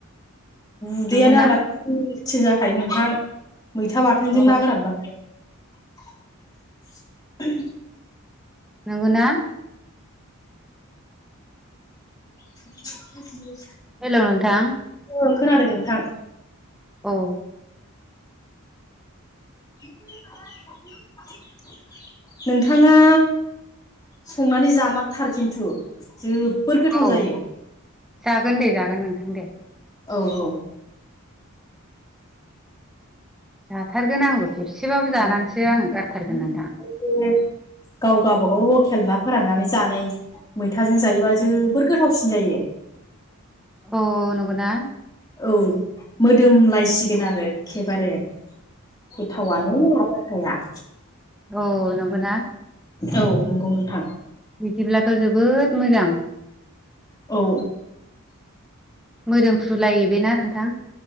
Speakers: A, on the left (about 20°); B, in the centre.
A: उदैयानो
B: नंगौना
A: आंना थिल थिल जाखायो नोंथां। मैथा बाथोनजों
B: अ
A: ना गोरानबाथाय।
B: नंगौना।
A: <inaudible>
B: हेल' नोंथां।
A: ओं खोनादों नोंथां।
B: औ।
A: <inaudible> नोंथाङा संनानै जामारथार खिन्थु जो जोबोद गोथाव
B: औ
A: जायो।
B: जागोन दे जागोन नोंथां दे।
A: औ औ।
B: जाथारगोन आंबो खेबसेबाबो
A: औ
B: जानानैसो आङो गारथारगोन नोंथां।
A: बे गाव गावबागौल' खेल ना फोराननानै जानाय मैथाजों जायोबा जोबोर गोथावसिन जायो।
B: औ नंगौना।
A: औ मोदोम लायसिगोन आरो एखे बारे। गोथावानो माबा थाया।
B: औ नंगौना।
A: औ नंगौ नोंथां।
B: बिदिब्लाथ' जोबोद मोजां।
A: औ।
B: मोदोमफ्रु लायो बेना नोंथां‌।